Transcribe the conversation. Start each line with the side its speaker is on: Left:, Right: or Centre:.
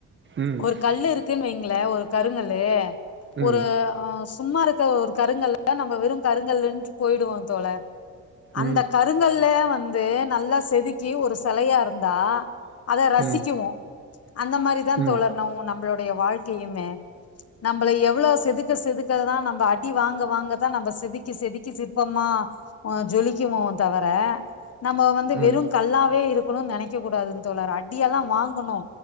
Right: ம்
Left: ஒரு கல்லு இருக் ன்னு வைங்கள ஒரு கருங்கல்லு
Right: ம்
Left: ஒரு ஆ சும்மா இருக்க ஒரு கருங்கல்ல நம்ம வெறு கருங்கல்லுன்ட்டு போயிடுவோ தோழர் அந்த
Right: ம்
Left: கருங்கல்ல வந்து நல்ல செதுக்கி ஒரு செலையா இருந்தா அத ரசிக்குவோ
Right: ம்
Left: அந்த மாரிதா
Right: ம்
Left: தோழர் நவ் நம்மளுடைய வாழ்க்கையுமே நம்பள எவ்வளோ செதுக்க செதுக்கதா நம்ப அடி வாங்க வாங்கதா நம்ம செதுக்கி செதுக்கி சிற்பமா ஆ ஜொலிக்குவோ தவர நம்ம வந்து
Right: ம்
Left: வெறு கல்லாவே இருக்கணுன்னு நெனைக்கக்கூடாதுங்க தோழர் அடியெல்லா வாங்கணு